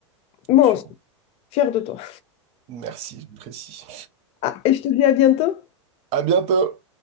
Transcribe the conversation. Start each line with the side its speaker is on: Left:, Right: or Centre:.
Left: Bon,
Right: J'en suis
Left: fier de toi.
Right: Merci, je précise.
Left: Ah, et je te dis à bientôt.
Right: À bientôt!